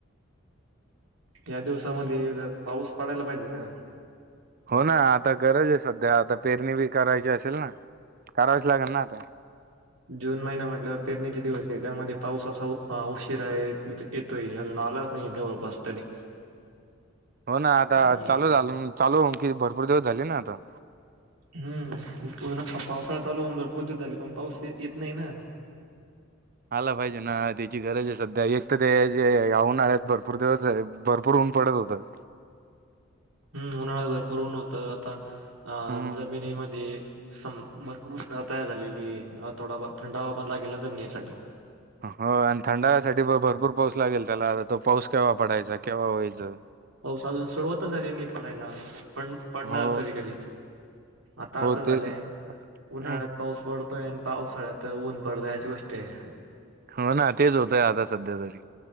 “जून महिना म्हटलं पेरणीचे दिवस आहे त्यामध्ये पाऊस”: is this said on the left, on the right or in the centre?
Right